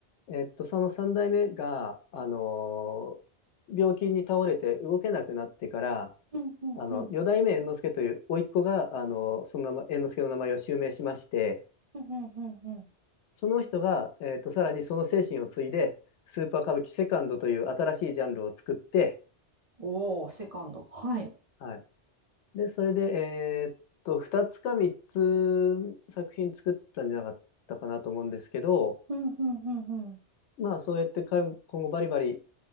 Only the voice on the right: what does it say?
うんうんうん。
うんうんうん。うん
おお、セカンド。はい。
うんうんうんうん。